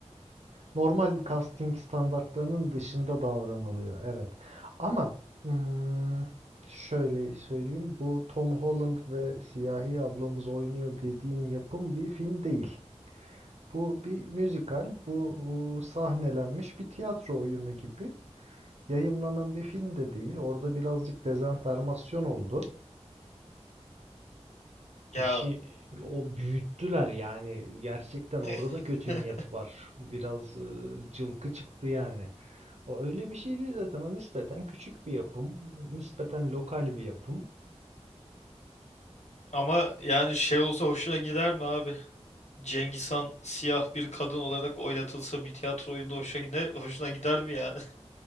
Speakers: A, on the right (about 70°); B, on the left (about 70°).
A: Normal bir casting standartlarının dışında davranılıyor. Evet. Ama ım, şöyle söyleyeyim. Bu Tom Holland ve Siyahi ablamız oynuyor dediğin yapım bir film değil. Bu bir müzikal. Bu ıı, sahnelenmiş bir tiyatro oyunu gibi. Yayımlanan bir film de değil. Orada birazcık dezenformasyon oldu.
B: Ya
A: İşi o büyüttüler yani. Gerçekten orada
B: <laughs>
A: da kötü niyet var. Biraz ıı, cılkı çıktı yani. O öyle bir şey değil zaten. O nispeten küçük bir yapım. Nispeten lokal bir yapım.
B: Ama yani şey olsa hoşuna gider mi abi? Cengiz Han siyah bir kadın olarak oynatılsa bir tiyatro oyunda hoşuna gider, hoşuna gider mi yani?